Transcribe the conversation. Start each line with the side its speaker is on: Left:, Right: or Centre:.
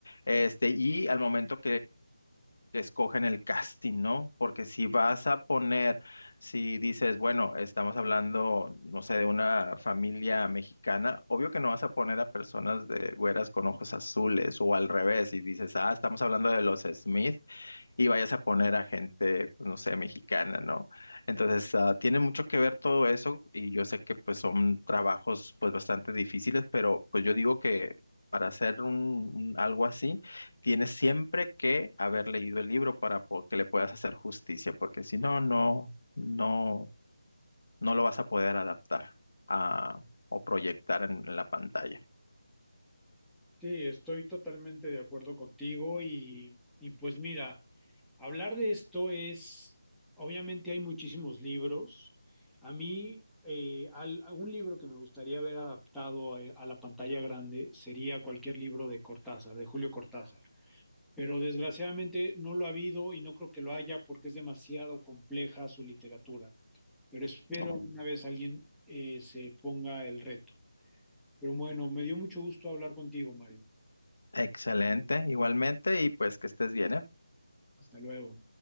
Left: este, y al momento que escogen el casting, ¿no? Porque si vas a poner, si dices, bueno, estamos hablando, no sé, de una familia mexicana, obvio que no vas a poner a personas de güeras con ojos azules o al revés y dices, ah, estamos hablando de los Smith, y vayas a poner a gente, pues no sé, mexicana, ¿no? Entonces, ah, tiene mucho que ver todo eso y yo sé que pues son trabajos pues bastante difíciles, pero pues yo digo que para hacer un, un- algo así, tienes siempre que haber leído el libro para po- que le puedas hacer justicia, porque si no, no, no, no lo vas a poder adaptar a, o proyectar en, en la pantalla.
Centre: Sí, estoy totalmente de acuerdo contigo y, y pues mira, hablar de esto es, obviamente hay muchísimos libros. A mí, eh, al- a un libro que me gustaría ver adaptado a, a la pantalla grande sería cualquier libro de Cortázar, de Julio Cortázar. Pero desgraciadamente no lo ha habido y no creo que lo haya porque es demasiado compleja su literatura. Pero espero
Left: Oh,
Centre: alguna vez alguien eh, se ponga el reto. Pero bueno, me dio mucho gusto hablar contigo, Mario.
Left: excelente, igualmente, y pues que estés bien, ¿eh?
Centre: Hasta luego.